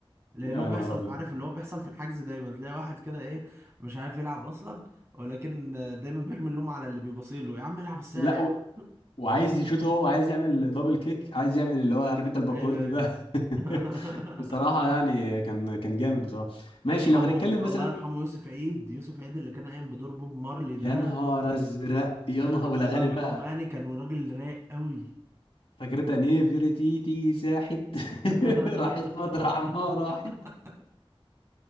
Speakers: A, on the right (about 30°); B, on the left (about 75°).
A: لانه
B: يا
A: بيحصل
B: نهار ابيض
A: عارف اللي هو بيحصل في الحجز دايما تلاقي واحد كده ايه مش عارف يلعب اصلا ولكن دايما بيرمي اللوم على اللي بيبصيله يا عم العب السهل
B: لا
A: يا
B: و...
A: عم
B: وعايز يشوت هو وعايز يعمل دبل كيك عايز يعمل اللي هو عارف انت الباكورد
A: ايوه ايوه
B: ده
A: <laughs>
B: <laughs> بصراحه يعني كان كان جامد بصراحه ماشي
A: هو
B: لو هنتكلم مثلا
A: الله يرحمه يوسف عيد يوسف عيد اللي كان قايم بدور بوب مارلي
B: يا
A: ده
B: نهار ازرق يا
A: الراجل
B: نهار والاغاني
A: ده الله يرحمه
B: بقى
A: يعني كان راجل رايق قوي
B: فكرتها نيفرتيتي ساحت
A: <laughs>
B: <laughs> راحت مطرح ما راحت